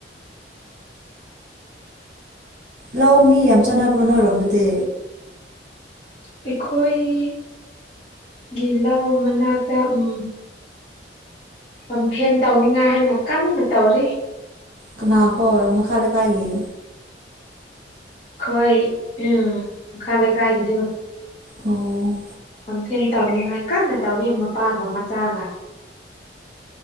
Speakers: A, on the right; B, on the left.
A: ꯂꯧ ꯃꯤ ꯌꯥꯝ ꯆꯥꯟꯅꯕ꯭ꯔꯣ ꯅꯣꯏꯔꯣꯝꯕꯨꯗꯤ
B: ꯑꯩꯈꯣꯏꯒꯤ ꯂꯧ ꯃꯅꯥꯛꯇ ꯎꯝ ꯄꯝꯐꯦꯟ ꯇꯧꯅꯤꯡꯉꯥꯏ ꯍꯥꯏꯅ ꯀꯟꯅ ꯇꯧꯔꯤ
A: ꯀꯅꯥ ꯍꯣꯏ ꯃꯈꯥ ꯂꯩꯀꯥꯏꯒꯤ
B: ꯈꯣꯏ ꯎꯝ ꯈꯂꯦ ꯀꯥꯏ ꯀꯗꯕ
A: ꯑꯣ
B: ꯀꯝꯄ꯭ꯂꯦꯟ ꯇꯧꯅꯤꯡꯉꯥꯏ ꯀꯟꯅ ꯇꯧꯔꯤ ꯃꯄꯥꯒ ꯃꯆꯥꯒ